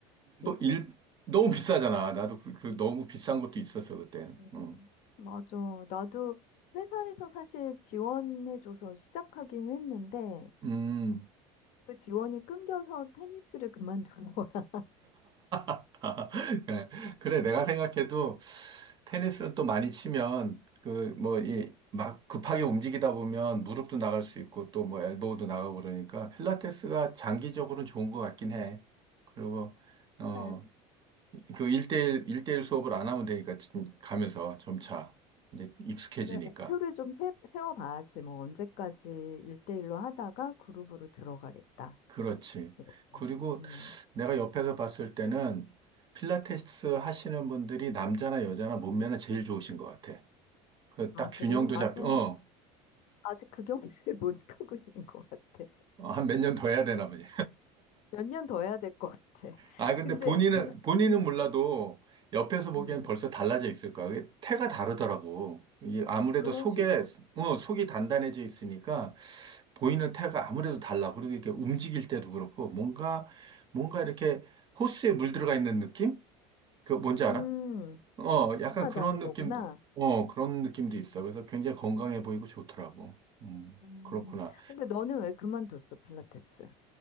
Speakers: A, on the left (about 60°); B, on the right (about 30°).
A: 얘기해.
B: 일- 너무 비싸잖아. 나도 그, 그 너무 비싼 것도 있었어, 그때는.
A: 음,
B: 음.
A: 맞아. 나도 회사에서 사실 지원해줘서 시작하긴 했는데,
B: 음.
A: 그 지원이 끊겨서 테니스를 그만둔 거야.
B: <laughs> 그래. 그래, 내가
A: <laughs>
B: 생각해도 테니스는 또 많이 치면 그 뭐 이 막 급하게 움직이다 보면 무릎도 나갈 수 있고 또 뭐 엘보우도 나가고 그러니까 필라테스가 장기적으로는 좋은 것 같긴 해. 그리고 어,
A: 그래.
B: 그 1대1, 일대일 수업을 안 하면 되니까 진- 가면서 점차 이제 익숙해지니까.
A: 그래, 목표를 좀 세, 세워봐야지. 뭐, 언제까지 일대일로 하다가 그룹으로 들어가겠다.
B: 그렇지.
A: 이렇게.
B: 그리고
A: 음.
B: 내가 옆에서 봤을 때는 필라테스 하시는 분들이 남자나 여자나 몸매는 제일 좋으신 것 같아. 그
A: 아,
B: 딱 균형도
A: 그래? 나는
B: 잡혀,
A: 아직 그 경지에 <laughs> 못 가고 있는 것 같아.
B: 어, 한 몇 년 더 해야 되나 보지.
A: 몇 년 더 해야 될 것 같아.
B: 아, 근데
A: 근데,
B: 본인은,
A: 그,
B: 본인은
A: 음,
B: 몰라도 옆에서 보기엔
A: 음,
B: 벌써 달라져 있을 거야. 그게 태가 다르더라고. 이게 아무래도
A: 그럴
B: 속에,
A: 수 있지.
B: 어, 속이 단단해져 있으니까 보이는 태가 아무래도 달라. 그리고 이렇게 움직일 때도 그렇고 뭔가, 뭔가 이렇게 호수에 물 들어가 있는 느낌? 그 뭔지
A: 음,
B: 알아? 어, 약간
A: 하다는
B: 그런 느낌도,
A: 거구나.
B: 어, 그런 느낌도 있어. 그래서 굉장히 건강해 보이고 좋더라고. 음,
A: 음,
B: 그렇구나.
A: 근데 너는 왜 그만뒀어, 필라테스?